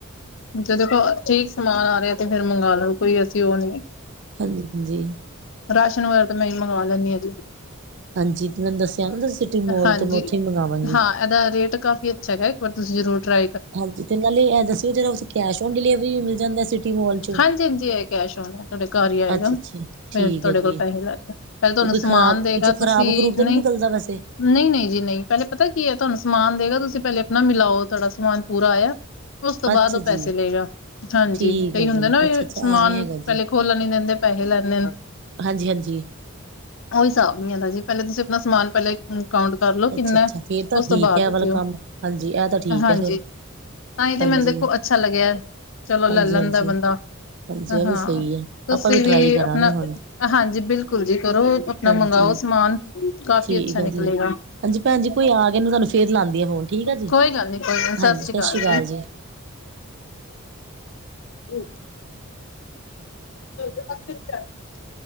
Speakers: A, on the left; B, on the right.
A: ਜਦਖ ਠੀਕ ਸਮਾਨ ਆ ਰਿਹਾ ਤੇ ਫੇਰ ਮੰਗਵਾ ਲਓ ਕੋਈ ਅਸੀਂ ਉਹ ਨੀ ਹੈ।
B: ਹਾਂਜੀ ਹਾਂਜੀ
A: ਰਾਸ਼ਨ ਵਗੈਰਾ ਤਾਂ ਮੈਂ ਮੰਗਵਾ ਲੈਂਦੀ ਆ
B: ਹਾਂਜੀ ਮੈਨੂੰ ਦੱਸਿਆ ਨਾ ਸਿਟੀ ਮੋਲ
A: ਹਾਂਜੀ
B: ਤੋਂ ਮੈਂ ਉੱਥ ਹੀ ਮੰਗਵਾਵਾਂਗੀ
A: ਹਾਂ ਇਹਦਾ ਰੇਟ ਕਾਫੀ ਅੱਛਾ ਹੈਗਾ ਇੱਕ ਵਾਰ ਤੁਸੀਂ ਜ਼ਰੂਰ ਟਰਾ
B: ਹਾਂਜੀ ਤੇ ਗੱਲ ਇਹ ਦੱਸਓ ਜਿਹੜਾ ਕੈਸ਼ ਓਨ ਡਿਲੀਵਰੀ ਵੀ ਮਿਲ ਜਾਂਦਾ ਮੋਲ ਚੋਂ
A: ਹਾਂਜੀ ਹਾਂਜੀ ਇਹ ਕੈਸ਼ ਹੋ ਤੁਹਾਡੇ ਘਰ ਹੀ ਆਏਗਾ
B: ਅੱਛਾ ਅੱਛਾ ਠੀਕ
A: ਫੇਰ ਤੁਹਾਡੇ
B: ਹੈ
A: ਕੋਲ
B: ਜੀ
A: ਪੈਸੇ ਲੈ ਕੇ ਪਹਿਲ ਤੁਹਾਨੂੰ
B: ਤੇ ਕੋਈ
A: ਸਮਾਨ
B: ਖ਼ਰਾਬ
A: ਦੇਗਾ
B: ਵਿੱਚੋਂ
A: ਤੁਸੀਂ
B: ਖ਼ਰਾਬ ਖਰੂਬ ਤਾਂ
A: ਨਹੀਂ
B: ਨਿਕਲਦਾ ਵੈਸੇ
A: ਨਹੀਂ ਨਹੀਂ ਜੀ ਨਹੀਂ ਪਹਿਲੇ ਪਤਾ ਕੀ ਹੈ ਤੁਹਾਨੂੰ ਸਮਾਨ ਦੇਗਾ ਤੁਸੀਂ ਪਹਿਲੇ ਆਪਣਾ ਮਿਲਾਓ ਤੁਹਾਡਾ ਸਮਾਨ ਪੂਰਾ ਆਇਆ ਉਸ ਤੋਂ ਬਾਅਦ
B: ਅੱਛਾ
A: ਉਹ
B: ਜੀ
A: ਪੈਸੇ ਲਏਗਾ ਹਾਂਜੀ
B: ਠੀਕ
A: ਕਈ
B: ਹੈ
A: ਹੁੰਦੇ
B: ਜੀ
A: ਨਾ ਵੀ
B: ਅੱਛਾ ਅੱਛਾ
A: ਸਮਾਨ
B: ਐਵੇਂ ਹੈਗਾ ਜੀ
A: ਪਹਿਲੇ ਖੋਲਣ ਨੀ ਦਿੰਦੇ ਪੈਸੇ ਲੈਂਦੇ ਨੇ।
B: ਹਾਂਜੀ ਹਾਂਜੀ
A: ਉਹੀ ਹਿਸਾਬ ਨਹੀਂ ਹੁੰਦਾ ਜੀ ਪਹਿਲੇ ਤੁਸੀਂ ਆਪਣਾ ਸਮਾਨ ਪਹਿਲਾਂ ਕਾਊਂਟ ਕਰ ਲੋ
B: ਅੱਛਾ
A: ਕਿੰਨਾ
B: ਅੱਛਾ ਫੇਰ ਤਾਂ
A: ਉਸ ਤੋਂ
B: ਠੀਕ
A: ਬਾਅਦ
B: ਹੈ ਇਹ ਵਾਲਾ
A: ਦਿਓ
B: ਕੰਮ ਹਾਂਜੀ ਇਹ ਤਾਂ ਠੀਕ
A: ਹਾਂਜੀ
B: ਹੈ ਫਿਰ
A: ਤਾਂ ਹੀ ਤੇ
B: ਹਾਂਜੀ
A: ਮੈਨੂੰ ਦੇਖੋ ਅੱਛਾ ਲੱਗਿਆ। ਚਲੋ ਲੈ
B: ਹਾਂਜੀ
A: ਲੈਂਦਾ
B: ਹਾਂਜੀ
A: ਬੰਦਾ
B: ਹਾਂਜੀ ਇਹ
A: ਹਾਂ
B: ਵੀ ਸਹੀ ਹੈ
A: ਤੁਸੀਂ
B: ਆਪਾਂ
A: ਵੀ
B: ਟਰਾਈ ਕਰਾਂਗੇ
A: ਆਪਣਾ
B: ਹੁਣ
A: ਹਾਂਜੀ ਬਿਲਕੁਲ ਜੀ ਕਰੋ ਆਪਣਾ
B: ਹਾਂਜੀ
A: ਮੰਗਵਾਓ ਸਮਾਨ ਕਾਫੀ
B: ਠੀਕ
A: ਅੱਛਾ
B: ਆ
A: ਨਿਕਲੇਗਾ
B: ਜੀ। ਹਾਂਜੀ, ਭੈਣ ਜੀ ਕੋਈ ਆ ਗਿਆ। ਤੁਹਾਨੂੰ ਫੇਰ ਲਾਉਂਦੀ ਆ ਫੋਨ ਠੀਕ ਆ ਜੀ?
A: ਕੋਈ ਗੱਲ ਨੀ ਕੋਈ ਗੱਲ ਨੀ,
B: ਹਾਂਜੀ
A: ਸਤਿ ਸ੍ਰੀ
B: ਸਾਸੀ
A: ਅਕਾਲ
B: ਕਾਲ ਜੀ।
A: ਹੂੰ <unintelligible>